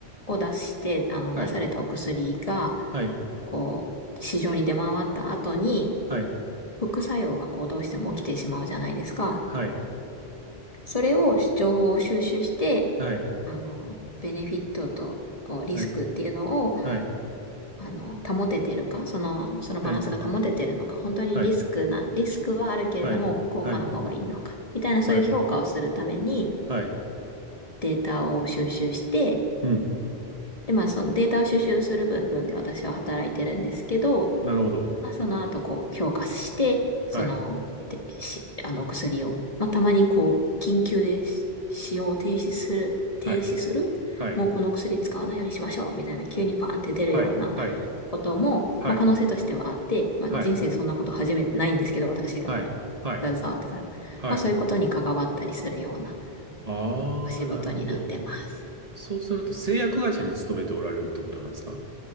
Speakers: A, on the left; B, on the right.
A: を出して、あの、
B: はい、
A: 出されたお薬が、
B: はい、
A: こう、市場に出回った後に、
B: はい、
A: 副作用がこうどうしても起きてしまうじゃないですか。
B: はい、
A: それを情報を収集して、
B: はい、
A: あの、ベネフィットと、こう、リスクっていうのを、
B: はい、はい、はい、
A: あの、保ててるか、その、そのバランスが保ててるのか、
B: えー
A: 本当にリスクな、
B: はい、
A: リスクはあるけれども、
B: はい、
A: 効果の方がいいのか、
B: はい、
A: みたいなそういう評価をするために、
B: はい、はい、
A: データを収集して、
B: うん、
A: で、まあ、そのデータを収集する部分で私は働いてるんですけど、
B: なるほど。
A: まあ、その後、こう、強化して、その、
B: はい、
A: で、し、あの、お薬を、まあ、たまに、こう、緊急でし使用を停止する、停止する、
B: はい、はい、
A: もうこの薬使わないようにしましょう、みたいな、急にパーンって出るような
B: はい、はい、
A: ことも、
B: はい、
A: まあ、可能性としてはあって、まあ、
B: はい、
A: 人生そんなこと初めてないんですけど、私が
B: はい、はい、
A: 携わってから。
B: はい。
A: まあ、そういうことに関わったりするような
B: ああ、
A: お仕事になってます。
B: なるほど。そうすると製薬会社に勤めておられるってことなんですか